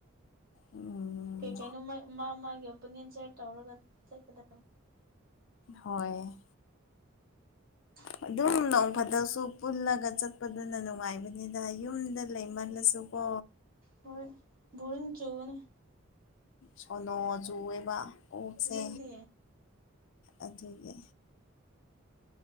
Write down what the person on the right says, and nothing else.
ꯀꯩ ꯀꯩꯅꯣ ꯃꯥ ꯃꯥ ꯃꯥꯒꯤ ꯑꯣꯄꯤꯅꯤꯌꯟ ꯁꯤꯌꯥꯔ ꯇꯧꯔꯒ ꯆꯠꯀꯗ
<unintelligible>
ꯍꯣꯏ ꯕꯣꯔꯤꯡ ꯆꯨꯕꯅꯦ
ꯅꯪꯗꯤ